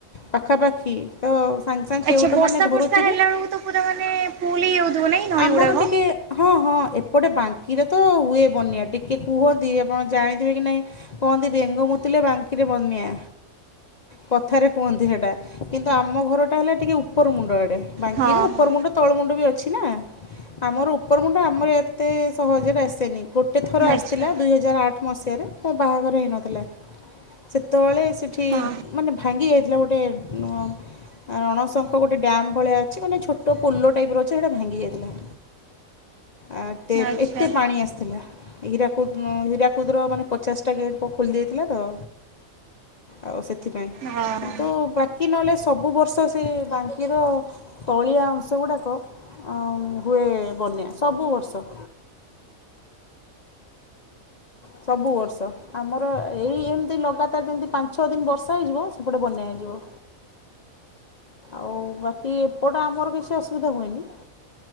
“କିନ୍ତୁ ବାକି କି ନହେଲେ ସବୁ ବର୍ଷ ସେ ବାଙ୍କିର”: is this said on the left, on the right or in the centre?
Left